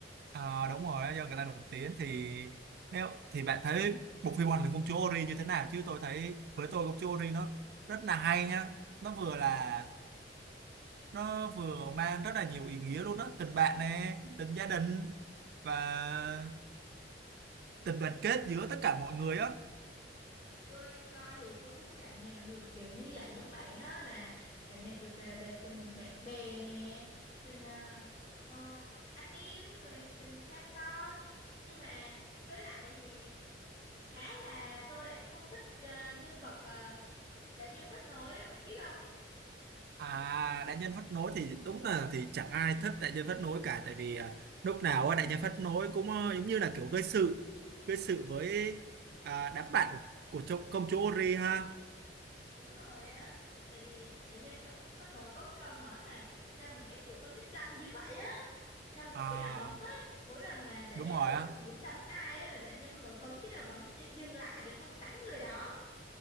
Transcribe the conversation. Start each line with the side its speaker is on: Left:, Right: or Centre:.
Right: Ờ, đúng rồi đó, do người ta nổi tiếng thì nếu thì bạn thấy bộ phim Hoàng Linh Công Chúa Ori như thế nào chứ tôi thấy với tôi Công Chúa Ori nó rất là hay nha nó vừa là nó vừa mang rất là nhiều ý nghĩa luôn đó tình bạn nè tình gia đình và tình đoàn kết giữa tất cả mọi người á
Left: tôi coi thì tôi cũng cảm nhận được kiểu như vậy giống bạn á là cảm nhận được à, về tình bạn bè nè tình à, ờ, anh em rồi tình cha con nhưng mà với lại thì khá là tôi lại không thích à, nhân vật uh, đại nhân phát nổi á bạn biết không
Right: à đại nhân phát nối thì đúng là thì chẳng ai thích đại nhân phát nối cả tại vì à, lúc nào á, đại nhân phát nối cũng ờ, giống như là kiểu gây sự gây sự với à, đám bạn của, của cho- công chúa Ori ha
Left: Đúng rồi á, tại vì đại nhân có phát nổi có cái câu nói mà sao mà ghét tụi con nít ranh dữ vậy á, sao mà
Right: À,
Left: có cái đòn bấm á, mỗi lần mà đại
Right: đúng
Left: nhân
Right: rồi
Left: phát nổi
Right: á.
Left: muốn đấm ai á là đại nhân phát nổi bấm cái đòn bấm cho- dừng lại rồi xong rồi đánh người đó.